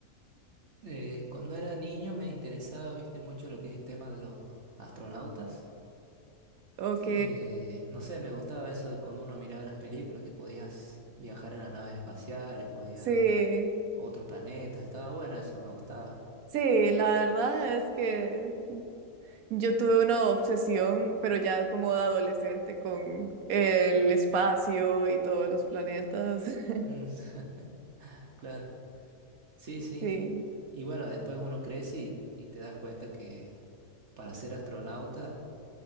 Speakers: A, on the right; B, on the right.
A: Eh, cuando era niño me interesaba, viste, mucho lo que es el tema de los astronautas.
B: Ok,
A: Eh, no sé, me gustaba eso cuando uno miraba las películas, que podías viajar en las naves espaciales, podías
B: sí,
A: otros planetas, estaba bueno eso, me gustaba.
B: sí, la verdad es que yo tuve una obsesión, pero ya como de adolescente con el espacio y todos los planetas. <laughs>
A: Mm, <laughs> claro. Sí, sí.
B: Sí,
A: Y bueno, después uno crece y, y te das cuenta que para ser astronauta